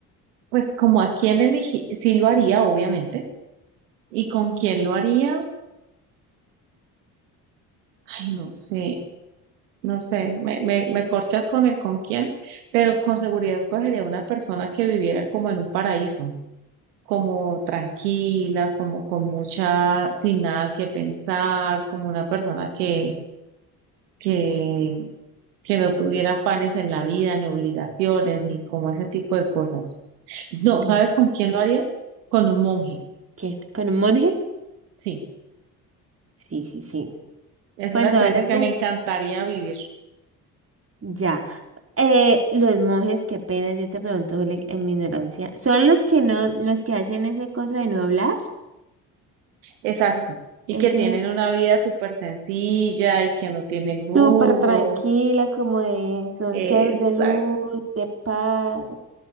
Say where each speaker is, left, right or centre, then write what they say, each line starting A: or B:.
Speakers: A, on the right; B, on the right.
A: pues como a quién elegí, sí lo haría, obviamente. ¿Y con quién lo haría? Ay, no sé, no sé. Me, me, me corchas con el con quién, pero con seguridad escogería una persona que viviera como en un paraíso. como tranquila, como con mucha, sin nada que pensar, como una persona que, que, que no tuviera afanes en la vida, ni obligaciones, ni como ese tipo de cosas. No, ¿sabes
B: Mm.
A: con quién lo haría? Con un monje,
B: ¿Quién? ¿Con un monje?
A: sí.
B: Sí, sí, sí.
A: Es
B: Cuando
A: una experiencia
B: hablas
A: que
B: de...
A: me encantaría vivir.
B: Ya. Eh, los monjes, qué pena, yo te pregunto Juli, en mi ignorancia. ¿Son los que no, los que hacen ese coso de no hablar?
A: Exacto. Y
B: Ese...
A: que tienen una vida súper sencilla y que no tienen lujos.
B: Súper tranquila, como de son
A: Exacto,
B: ser de luz, de paz.